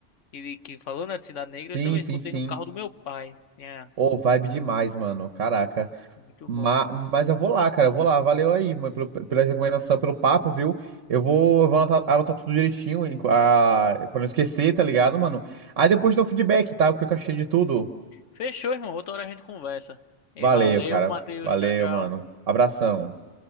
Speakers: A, on the left; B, on the right.
A: que, que falou na Cidade Negra,
B: Sim,
A: eu também
B: sim,
A: escutei
B: sim.
A: no carro do meu pai. É,
B: Ô, vibe demais, mano. Caraca.
A: muito
B: Ma
A: bom.
B: mas eu vou lá, cara. Eu vou lá. Valeu aí, mano, pelo, pela recomendação, pelo papo, viu? Eu vou, eu vou anotar, anotar tudo direitinho, em- ah, pra não esquecer, tá ligado, mano? Aí depois dá um feedback, tá? O que eu achei de tudo.
A: Fechou, irmão. Outra hora a gente conversa. E
B: Valeu,
A: valeu,
B: cara.
A: Matheus.
B: Valeu,
A: Tchau, tchau.
B: mano. Abração.